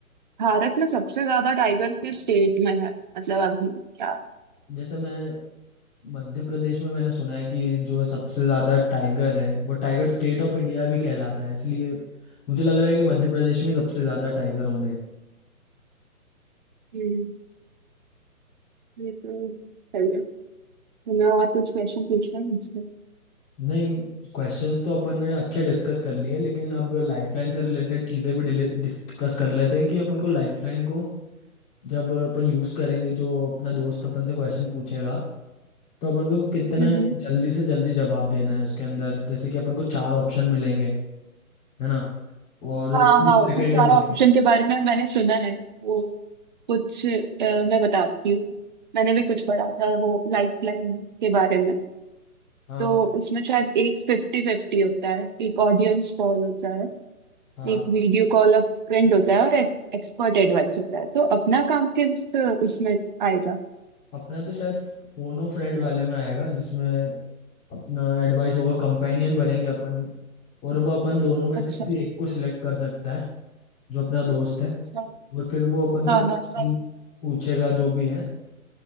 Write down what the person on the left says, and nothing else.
जैसे मैं मध्य प्रदेश में मैंने सुना है कि जो सबसे ज्यादा टाइगर है वो टाइगर स्टेट ऑफ इंडिया भी कहलाता है इसलिए मुझे लग रहा है कि मध्य प्रदेश में सबसे ज्यादा टाइगर होंगे
नहीं क्वेश्चंस तो अपन ने अच्छे डिस्कस कर लिए लेकिन अब लाइफलाइन से रिलेटेड चीज़ें भी डिस्कस कर लेते हैं कि अपन को लाइफलाइन को जब अपन यूज़ करेंगे जो अपना दोस्त अपन से क्वेश्चन पूछेगा तो अपन को कितने
जल्दी से जल्दी जवाब देना है उसके अंदर जैसे कि अपन को चार ऑप्शन मिलेंगे है ना और
तीस
सेकेंड
ही मिलेंगे
हाँ
हाँ
अपना तो शायद फोनो फ्रेंड वाले में आएगा जिसमें अपना एडवाइस होगा कंपेनियन बनेंगे अपन और वो अपन दोनों में
से किसी एक को सिलेक्ट कर सकता है जो अपना दोस्त है
और फिर वो अपन से
क्वेश्चन
पूछेगा जो भी है